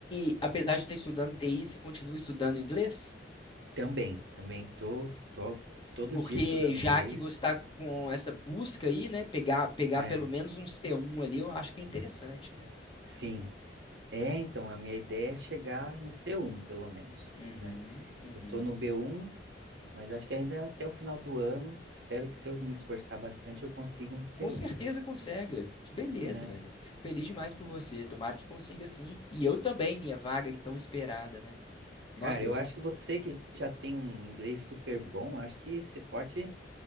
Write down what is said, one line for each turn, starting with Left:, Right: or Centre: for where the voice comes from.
Left: e apesar de estar estudando TI, você continua estudando inglês?
Right: Também, também tô, tô todo
Left: Porque
Right: dia estudando
Left: já
Right: inglês.
Left: que você está com essa busca aí, né, pegar, pegar
Right: É,
Left: pelo menos um c um ali, eu acho que é interessante, né?
Right: sim. É, então, a minha ideia é chegar no C1, pelo menos,
Left: Uhum,
Right: né?
Left: uhum.
Right: Eu tô no B1, mas acho que ainda até o final do ano, espero que se eu me esforçar bastante, eu consiga um C1,
Left: Com certeza consegue. Que beleza,
Right: né?
Left: velho. Fico feliz demais por você. Tomara que consiga sim. E eu também, minha vaga é tão esperada, né? velho? Nós
Right: Cara,
Left: dois.
Right: eu acho que você que já tem um inglês super bom, acho que você pode